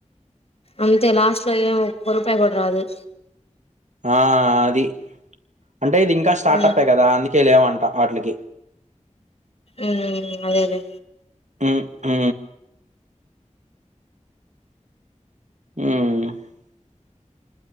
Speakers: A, on the left; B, on the right.
A: అంతే లాస్ట్ లో ఏ ఒక్క రూపాయ కూడ రాదు.
B: ఆ అది. అంటే ఇది ఇంకా స్టార్టప్పే
A: ఉ
B: కదా అందుకే లేవం ట ఆట్లికి.
A: ఉ అదే అదే
B: హ్ హు హ్